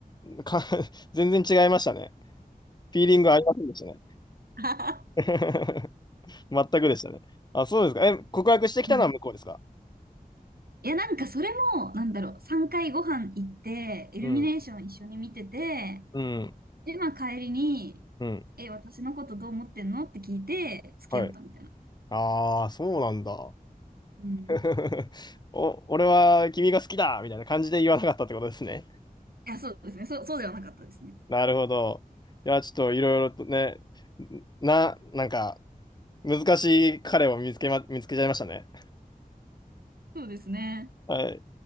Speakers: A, on the left; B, on the right.
A: か、<laughs> 全然違いましたね。フィーリングありませんでしたね。
B: <laughs>
A: <laughs> 全くでしたね。あ、そうですか。え、告白してきたのは向こうですか
B: はい。いや、なんかそれも、なんだろう、3回ご飯行って、イルミネーション一緒に見てて、
A: うん。うん、
B: で、まあ帰りに、
A: うん、
B: え、私のことどう思ってんのって聞いて、付き合ったみたいな。
A: はい。ああ、そうなんだ。
B: うん。
A: <laughs> お、俺は君が好きだみたいな感じで言わなかったってことですね。
B: いや、そうですね。そう、そうではなかったですね。
A: なるほど。いや、ちょっといろいろとね、な、なんか、難しい彼を見つけま、見つけちゃいましたね。
B: そうですね。
A: はい。